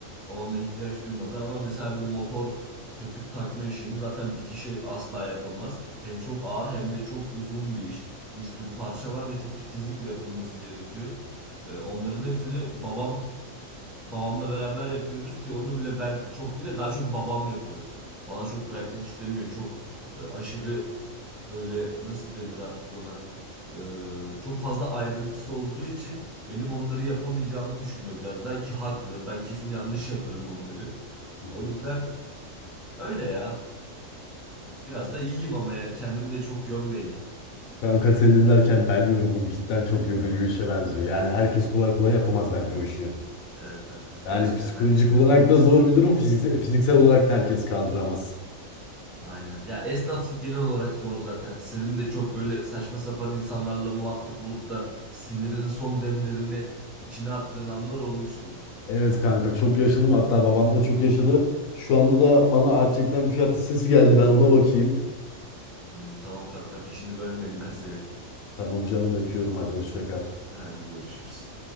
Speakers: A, in the centre; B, on the left.
A: Babama ihtiyaç duymadan ama mesela bir motor söküp takma işini zaten bir kişi asla yapamaz. Hem çok ağır hem de çok uzun bir iş. Bir sürü parça var ve çok titizlikle yapılması gerekiyor. E, Onların hepsini babam Babamla beraber yapıyoruz ki onu bile ben çok değil de daha çok babam yapıyor. Bana çok bırakmak istemiyor. Çok e, aşırı böyle nasıl denir artık ona? E, çok fazla ayrıntısı olduğu için benim onları yapamayacağımı düşünüyor biraz daha ki haklı. Ben kesin yanlış yaparım onları.
B: <laughs>
A: O yüzden öyle ya. Biraz da iyiyim ama yani kendimi de çok gömmeyeyim.
B: Kanka seni dinlerken ben yoruldum. Cidden çok yorucu bir işe benziyor. Yani herkes kolay kolay yapamaz bence o işi.
A: Evet kanka
B: Yani
A: gerçekten
B: psikolojik
A: herkes
B: olarak
A: yapamaz.
B: da zor bir durum. Fiziksel, fiziksel olarak da herkes kaldıramaz.
A: Aynen. Ya esnaflık genel olarak zor zaten. Senin de çok böyle saçma sapan insanlarla muhatap olup da sinirinin son demlerini içine attığın anlar olmuştur.
B: Evet kanka çok yaşadım. Hatta babam da çok yaşadı. Şu anda da bana gerçekten fiyat listesi geldi. Ben ona bakayım.
A: Hmm, tamam kankam, işini bölmeyeyim ben senin.
B: Tamam canım öpüyorum. Hadi hoşça kal.
A: Hadi görüşürüz.